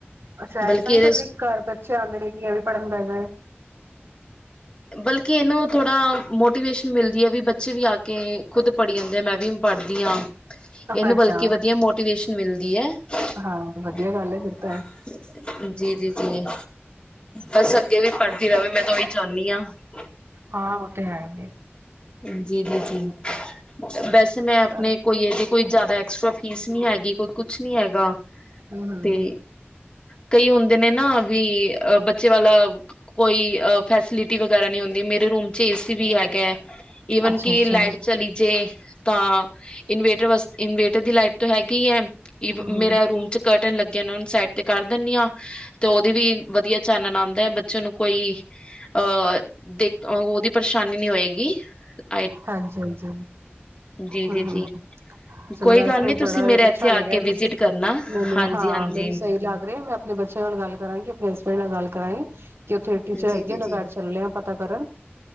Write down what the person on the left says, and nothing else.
ਬਲਕਿ
ਇਹਦੇ
ਬਲਕਿ ਇਹਨੂੰ ਥੋੜਾ ਮੋਟੀਵੇਸ਼ਨ ਮਿਲਦੀ ਹੈ ਵੀ ਬੱਚੇ ਵੀ ਆ ਕੇ ਖੁਦ ਪੜ੍ਹੀ ਜਾਂਦੇ ਆ। ਮੈਂ ਵੀ ਪੜ੍ਹਦੀ ਹਾਂ। ਇਹਨੂੰ
ਬਲਕਿ ਵਧੀਆ ਮੋਟੀਵੇਸ਼ਨ ਮਿਲਦੀ ਏ <unintelligible>
ਜੀ ਜੀ, ਜੀ। ਬਸ ਅੱਗੇ ਵੀ ਪੜਦੀ ਰਹੇ। ਮੈਂ ਤਾਂ ਉਹੀ ਚਾਹੁੰਦੀ ਆਂ।
ਜੀ, ਜੀ, ਜੀ। ਬਸ। ਮੈਂ ਆਪਣੇ
ਕੋਈ ਇਹਦੇ ਕੋਈ ਜ਼ਿਆਦਾ ਐਕਸਟਰਾ ਫੀਸ ਨੀ ਹੈਗੀ ਕੋਈ ਕੁ ਕੁਛ ਨੀ ਹੈਗਾ।
ਤੇ ਕਈ ਹੁੰਦੇ ਨੇ ਨਾ ਵੀ ਬੱਚੇ ਵਾਲਾ ਕੋਈ ਫੈਸਲਿਟੀ ਵਗਰਾ ਨ ਹੁੰਦੀ ਮੇਰੇ ਰੂਮ ਚ ਏਸੀ ਵੀ ਹੈਗਾ ਹੈ। ਈਵਨ
ਕਿ ਲਾਈਟ ਚਲੀ ਜੇ ਤਾਂ ਇਨਵੇਟਰ ਵਾਸਤੇ ਇਨਵੇਟਰ ਦੀ ਲਾਈਟ ਤੋਂ ਹੈਗੀ ਹੀ ਹੈ।
ਮੇਰਾ ਰੂਮ ਚ ਕਰਟਨ ਲੱਗੇ। ਸਾਈਡ ਤੇ ਕਰ ਦਿੰਨੀ ਆ ਤੇ ਉਹਦੀ ਵੀ ਵਧੀਆ ਚਾਨਣ ਆਦਾ ਹੈ ਬੱਚੇ ਨੂੰ ਕੋਈ ਅਹ ਦੇਖ ਉਹਦੀ ਪਰੇਸ਼ਾਨੀ ਨੀ ਹੋਏਗੀ। ਹ <unintelligible>
ਜੀ ਜੀ
ਜੀ
ਕੋਈ
ਗੱਲ
ਨੀ ਤੁਸੀਂ
ਮੇਰੇ
ਇੱਥੇ ਆ
ਕੇ
ਵਿਜਿਟ ਕਰਨਾ
ਹਾਂਜੀ
ਹਾਂਜੀ
ਜੀ
ਜੀ
ਜੀ